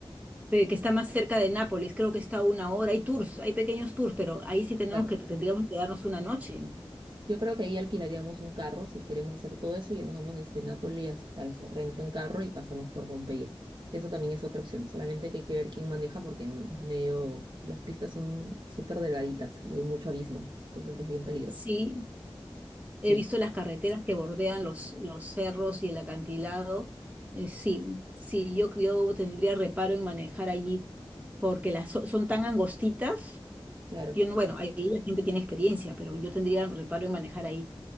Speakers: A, on the right; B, on the right.
A: pe- que está más cerca de Nápoles. Creo que está a una hora. Hay tours, hay pequeños tours, pero ahí sí tenemos
B: claro,
A: que, tendríamos que darnos una noche.
B: Yo creo que ahí alquilaríamos un carro si queremos hacer todo eso y ya nos vamos desde Nápoli hasta el Sorrento en carro y pasamos por Pompeya. Que eso también es otra opción. Solamente que hay que ver quién maneja porque m- es medio. Las pistas son súper delgaditas y hay mucho abismo. Entonces es bien peligroso.
A: Sí,
B: Sí,
A: he visto las carreteras que bordean los, los cerros y el acantilado. Eh, sí, sí, yo, yo tendría reparo en manejar allí porque las so- son tan angostitas.
B: claro.
A: Yo no, bueno, ahí la gente tiene experiencia, pero yo tendría reparo en manejar ahí.